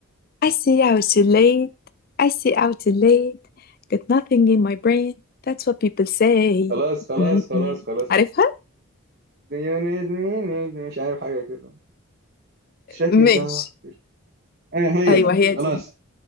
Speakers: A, on the left (about 40°); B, on the right (about 45°).
A: I see out too late I see out too late got nothing in my brain that's what people say
B: خلاص خلاص
A: م-
B: خلاص
A: م.
B: خلاص
A: عارفها
B: ديونيزني مش عارف حاجة كده شاكي
A: ماشي
B: ده اه هي
A: ايوه
B: دي
A: هي
B: خلاص
A: دي